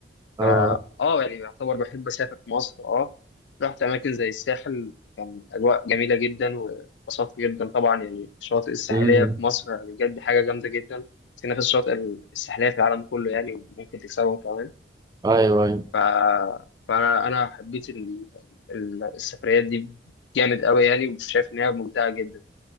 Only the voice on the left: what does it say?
فا اه يعني يعتبر بحب اسافر في مصر اه رحت اماكن زي الساحل كان اجواء جميله جدا واتبسطت جدا طبعا يعني الشواطئ الساحليه
في مصر يعني بجد حاجه جامده جدا سينا في الشواطئ الساحليه في العالم كله يعني وممكن تكسبهم كمان
ف... فانا انا حبيت ال... ال- السفريات دي جامد قوي يعني وشايف انها ممتعه جدا